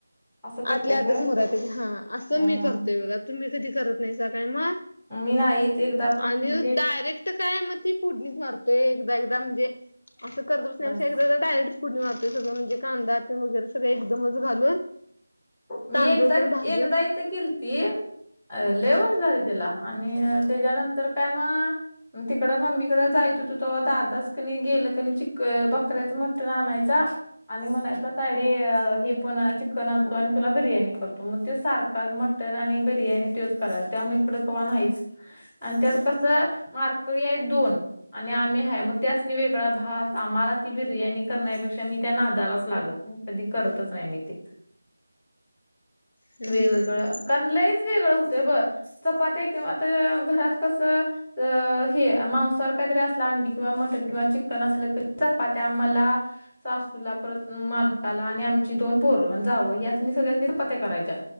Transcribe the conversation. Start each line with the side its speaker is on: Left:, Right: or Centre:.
Centre: असं करत्यास
Left: आतल्या आत
Centre: व्हय
Left: समोर येत की हा असं
Centre: हं
Left: मी करतोय बघा. तुम्ही कधी करत नाहीसा काय मग
Centre: मी नाहीच एकदा पण
Left: आणि
Centre: म्हणजे
Left: डायरे क्ट काय मग ती फोडणीच मारतोय एकदा एकदा म्हणजे अस करत बसण्यापेक्षा
Centre: बस
Left: एकदा डायरेक्ट फोडणी मारतोय सगळ म्हणजे कांदा वगैरे सगळं एकदमच घालून.
Centre: मी
Left: तांदूळ
Centre: एकदा
Left: पण भाजून
Centre: एकदा इथं केलती. अ लय वर्ष झाली त्याला आणि त्याच्यानंतर काय मग तिकडं मम्मीकडे जाईत होतं तेव्हा दादाच कनी गेलं कनी चिक क बकऱ्याच मटण आणायचा आणि म्हणायचा तायडे हे पण चिकन आण तो आणि तुला बिर्याणी करतो मग त सारखा मटन आणि बिर्याणी तोच कराय त्यामुळे इकडं कवा नाहीच. आणि त्यात कस मारकरी आहेत दोन आणि आम्ही हाय मग त्यासनी वेगळा भात आम्हाला ती बिर्याणी करण्यापेक्षा मी त्या नादालाच लागत नाही कधी करतच नाही मी ते.
Left: हम्म
Centre: वेगवेगळं
Left: हम्म
Centre: कारण लईच वेगळं होत ब चपात्या किंवा आता घरात कसं अ हे मांसाहार काहीतरी असला अंडी किंवा म टन किंवा चिकन असल चपात्या आम्हाला सासूला परत मालकाला आणि आम ची दोन पोरं जावाई यांना सगळ्यांना चपात्या करायच्या